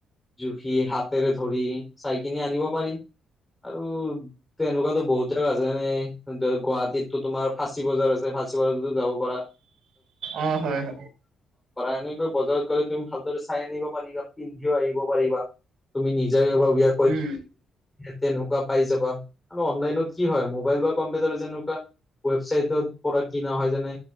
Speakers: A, on the left; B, on the right.
A: জুখি হাতেৰে ধৰি চাইকিনি আনিব পাৰি। আৰু তেনেকুৱাতো বহুত জেগা আছে যেনে গুৱাহাটীত। টো তোমাৰ ফাঁচী বজাৰ আছে ফাঁচী বজাৰতো যাব পাৰাৰ।
B: অ হয় হয়
A: এনেকৈ বজাৰত গলে তুমি ভালদৰে চাই আনিব পাৰিবা পিন্ধিও আহিব পাৰিবা তুমি নিজ। জ ভাবিয়।
B: উম।
A: তেনেকুৱা পাই যাবা ম অনলাইনত কি হয় মোবাইল বা কম্পিউটাৰ যেনেকুৱা। ৱেবছাইটৰ পৰা কিনা হয় যেনে